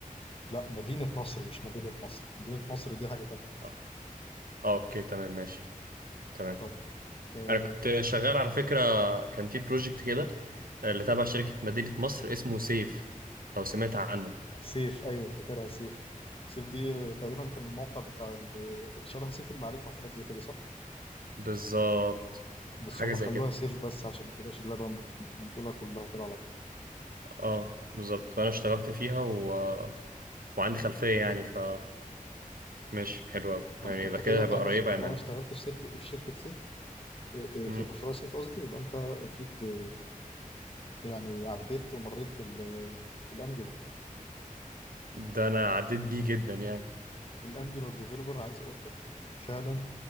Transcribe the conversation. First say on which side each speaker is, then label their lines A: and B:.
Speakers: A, on the left (about 40°); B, on the right (about 85°).
A: لا مدينة نصر مش مدينة مصر مدينة نصر دي حاجة تانية
B: اه آه، اوكي تمام ماشي تمام
A: طيب آه
B: انا كنت شغال على فكرة كان في بروجكت كده آه، اللي تابع شركة مدينة مصر اسمه سيف لو سمعت عنه
A: سيف أيوه فاكرها سيف سيف دي آه، تقريبا كان الموقع بتاع ال- آه، شبه سيف المعرفة وحاجات زي كده صح؟
B: بالظبط
A: بس
B: حاجة
A: هم
B: زي
A: خلوها
B: كده
A: سيف بس عشان ما تبقاش اللعبة منقولة كلها كده على بعض
B: اه بالظبط فانا اشتغلت فيها و... وعندي خلفية يعني ف ماشي حلو أوي
A: طب
B: يعني
A: انت
B: ده كده
A: كده طالما
B: هبقى قريبة
A: ش-
B: يعني
A: طالما
B: انا
A: اشتغلت في شركة في شركة سيف آه، آه،
B: مم.
A: في مشروع سيف قصدي يبقى انت اكيد آه، يعني عديت ومريت بال آه، بالانجلر
B: ده انا عديت بيه جدا يعني
A: الانجلر ديفلوبر عايز اقول لك فعلا